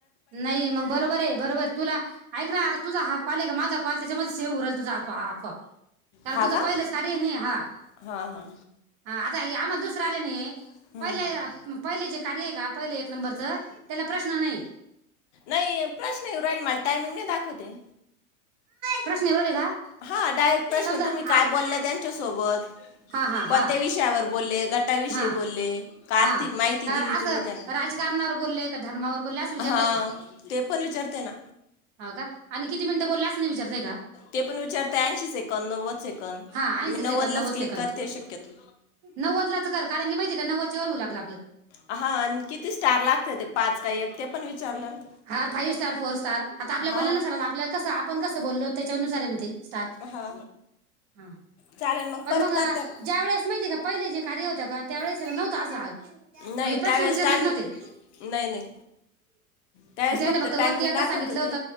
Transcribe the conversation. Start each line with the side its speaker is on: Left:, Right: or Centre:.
Right: नाही मग बरोबर हे बरोबर! तुला ऐक ना आता तुझा हा कॉल ये का माझा कॉल त्याच्यामध्ये सेव हु राहिला तुझा हा कॉक कारण
Left: हा
Right: तुझं
Left: का
Right: पहिलंच कार्य आहे ना हा
Left: हा हा
Right: हा आता आम्हाला दुसरं आले नाही
Left: हम्म
Right: पहिले
Left: हम्म
Right: पहिले जे कार्य आहे का पहिलं एक नंबरच त्याला प्रश्न नाय.
Left: नै प्रश्न येऊ राहिले मला टायमिंग नै दाखवते.
Right: प्रश्न येऊ राहिले का?
Left: हा डायरेक्ट प्रश्न
Right: समजा
Left: तुम्ही काय
Right: आत-
Left: बोलला त्यांच्यासोबत
Right: हा हा
Left: कोणत्या
Right: हा
Left: विषयावर बोलले गटाविषयी
Right: हा
Left: बोलले. का आर्थिक
Right: हा
Left: माहिती
Right: तर
Left: दिली
Right: असं
Left: तुम्ही त्यांना
Right: राजकारणावर बोललेय का धर्मावर बोलले असं विचारतय
Left: हा
Right: का
Left: ते पण विचारते ना
Right: हो का आणि किती मिनिटं बोलले असं नाही विचारतय का?
Left: ते पण विचारते ऐंशी सेकंद नव्वद सेकंद
Right: हा ऐंशी
Left: मी नव्वदलाच
Right: सेकंद नव्वद
Left: क्लिक
Right: सेकंद
Left: करते शक्यतो
Right: नव्वदलाच कर कारण की माहिती का नव्वद चोरू लागलं आपलं
Left: हा आणि किती स्टार लागते ते पाच का एक ते पण विचारलं ना
Right: हा फाइव्ह स्टार फोर स्टार आता आपल्या
Left: हा
Right: बोलण्यानुसारच आपल्या कस आपण कसं बोललो तेच्यानुसार आहे ना ते स्टार
Left: हा
Right: हा
Left: चालेल
Right: पण
Left: परत
Right: मग
Left: करत्या का
Right: ज्या वेळेस माहिती आहे का पहिले जे कार्य होत का त्यावेळेस
Left: त्या
Right: नव्ह <unintelligible> म्हणजे
Left: नाही
Right: प्रश्न
Left: त्यावेळेस
Right: विचारलेच
Left: टायमिंग
Right: नव्हते
Left: नाही नाही त्यावेळेस
Right: त्यान फक्त
Left: टायमिंग
Right: वरती एकदा
Left: दाखवत
Right: सांगितलं
Left: होते
Right: होत